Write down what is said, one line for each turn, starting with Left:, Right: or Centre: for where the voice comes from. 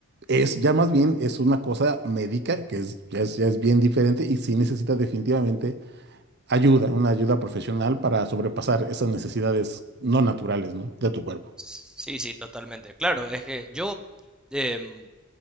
Right: Es ya más bien es una cosa médica que es, ya, es, ya es bien diferente y sí necesita definitivamente ayuda, una ayuda profesional para sobrepasar esas necesidades no naturales, ¿no? De tu cuerpo.
Centre: Sí, sí, totalmente. Claro, es que yo, em,